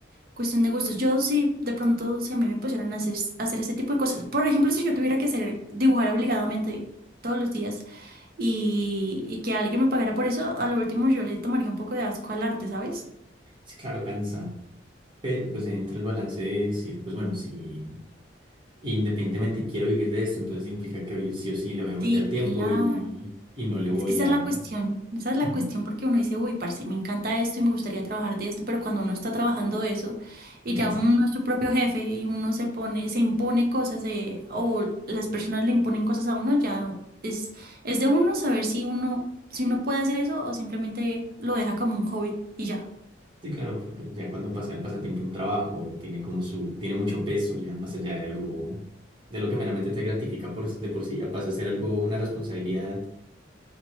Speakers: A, on the right; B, on the right.
A: cuestión de gustos. Yo sí, de pronto, si a mí me pusieran a hacer, a hacer ese tipo de cosas, por ejemplo, si yo tuviera que hacer dibujar obligadamente todos los días y, y que alguien me pagara por eso, a lo último yo le tomaría un poco de asco al arte, ¿sabes?
B: Sí, claro, cansa. Pero pues ahí entra el balance de decir, pues bueno, si independientemente quiero vivir de esto, entonces implica que hoy sí o sí le voy a meter
A: Sí,
B: tiempo
A: claro.
B: y, y no le voy
A: Es que esa
B: a
A: es la cuestión, esa es la
B: <laughs>
A: cuestión porque uno dice, uy, parce, me encanta esto y me gustaría trabajar de esto, pero cuando uno está trabajando eso y
B: cansar.
A: ya uno no es su propio jefe y uno se pone, se impone cosas eh, o las personas le imponen cosas a uno, ya es, es de uno saber si uno, si uno puede hacer eso o simplemente lo deja como un hobby y ya.
B: Sí, claro, porque ya cuando pasa el pasatiempo a un trabajo, tiene como su, tiene mucho peso ya más allá de algo, de lo que meramente te gratifica por, de por sí, ya pasa a ser algo, una responsabilidad,